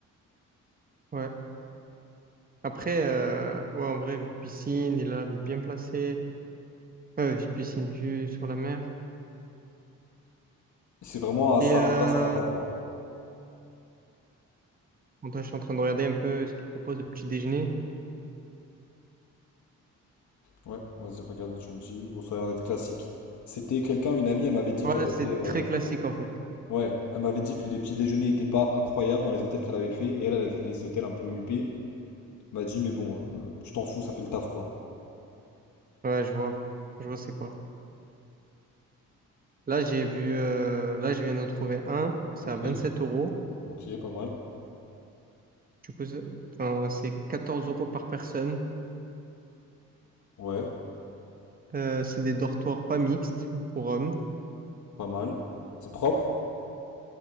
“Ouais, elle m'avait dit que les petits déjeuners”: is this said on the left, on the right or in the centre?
Left